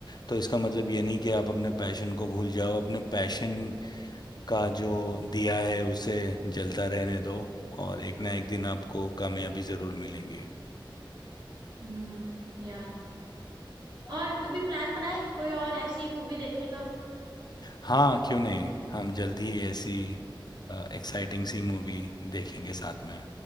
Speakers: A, on the left; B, on the right.
A: तो इसका मतलब ये नहीं कि आप अपने पैशन को भूल जाओ अपने पैशन का जो दिया है उसे जलता रहने दो और एक ना एक दिन आपको कामयाबी ज़रूर मिलेंगी
B: हम्म या और कभी प्लान बनाए कोई और ऐसी मूवी देखने का
A: हाँ क्यों नहीं हम जल्द ही ऐसी एक्साइटिंग सी मूवी देखेंगे साथ में